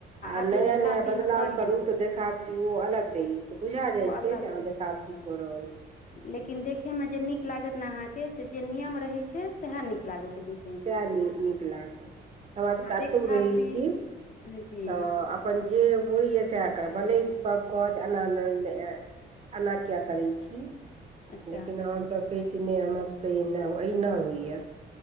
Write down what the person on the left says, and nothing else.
आब
जे देखावटीमे
करियौ
ओ अलग
रहै
छै
लेकिन देखे में जे नीक लागत ने अहाँ के से जे नियम रहय छै सएह नीक लागे छै देख
आ
देखावटी
जी
अच्छा